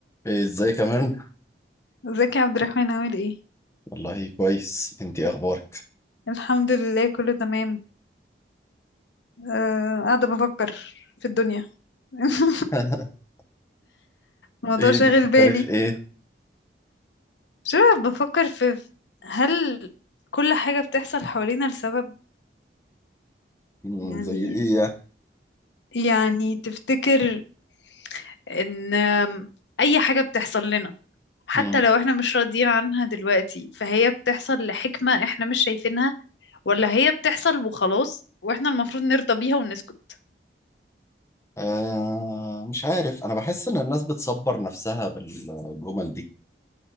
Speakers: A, on the left; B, on the left.
A: إيه ازيك يا ميرن
B: ازيك يا عبد الرحمن عامل ايه؟
A: والله كويس انتي إيه اخبارك
B: الحمد لله كله تمام أه قاعدة بفكر في الدنيا <laughs>
A: <laughs>
B: الموضوع
A: ايه
B: شاغل
A: بتفكري
B: بالي
A: في ايه
B: شو بفكر في في- هل كل حاجة بتحصل حوالينا لسبب
A: مم،
B: يعني
A: زي ايه يعني
B: يعني تفتكر ان آم، اي حاجة بتحصل لنا حتى
A: مم.
B: لو احنا مش راضيين عنها دلوقتي فهي بتحصل لحكمة احنا مش شايفينها ولا هي بتحصل وخلاص واحنا المفروض نرضى بيها ونسكت
A: آه مش عارف انا بحس ان الناس بتصبر نفسها بالجمل دي